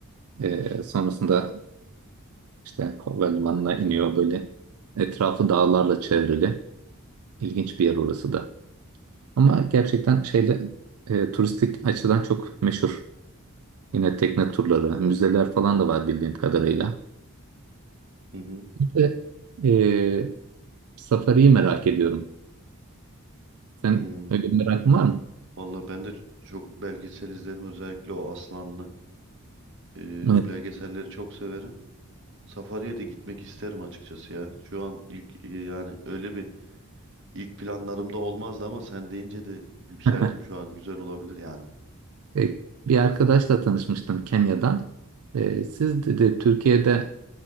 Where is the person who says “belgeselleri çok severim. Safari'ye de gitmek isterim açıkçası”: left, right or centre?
Right